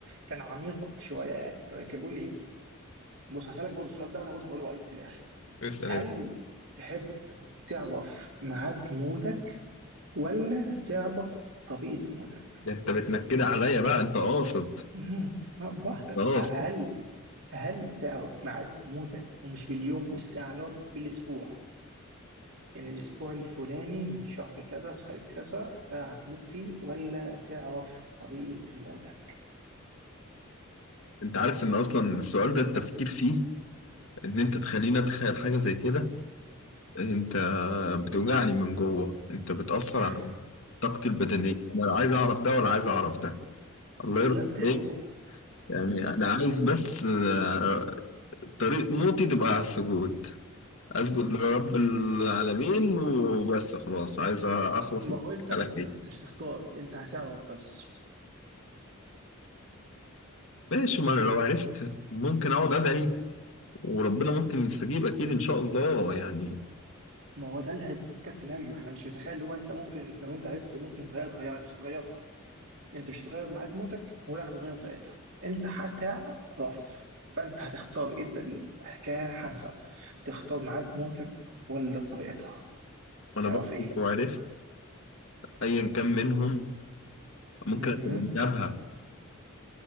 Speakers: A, on the right; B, on the left.
A: كان عميق شويه يعني كان بيقول لي ايه بص هسالك برضه السؤال ده وانا برضه هقوله رايي في الاخر
B: اسأل
A: هل
B: يا باشا.
A: تحب تعرف ميعاد موتك ولا تعرف طريقه موتك؟
B: ده أنت بتنكد عليا بقى أنت قاصد
A: مم. آه، براحتك
B: أنت قاصد
A: هل هل تعرف ميعاد موتك ومش باليوم والساعه اللي هو بالاسبوع يعني الأسبوع الفلاني من شهر كذا في ساعة كذا ده هتموت فيه ولا تعرف طريقة موتك
B: أنت عارف إن أصلا السؤال ده التفكير فيه إن أنت تخليني أتخيل حاجة زي كده انت بتوجعني من جوه انت بتأثر
A: <laughs>
B: على طاقتي البدنية انا لا عايز اعرف ده ولا عايز اعرف ده الله
A: لا
B: يرضى عليك
A: و- <laughs>
B: يعني انا عايز بس آه، طريق موتي تبقى على السجود اسجد لرب العالمين وبس خلاص عايز اخلص
A: ما
B: من
A: هو انت
B: على
A: مش هت...
B: كده
A: انت مش تختار انت هتعرف بس
B: ماشي ما انا لو عرفت ممكن اقعد ادعي وربنا ممكن يستجيب اكيد ان شاء الله يعني
A: ما هو ده اللي هيبوثيتيكال سيناريو احنا مش متخيل لو انت ممكن لو انت عرفت ممكن طريقه تغيرها انت مش هتغيرها انت مش هتغير ميعاد موتك ولا هتغير طريقتها انت هتعرف فانت هتختار انت الحكايه حسن تختار ميعاد موتك ولا طريقتها
B: ما انا
A: تعرف
B: برضه
A: ايه
B: لو عرفت ايا كان منهم ممكن
A: مهم.
B: اتجنبها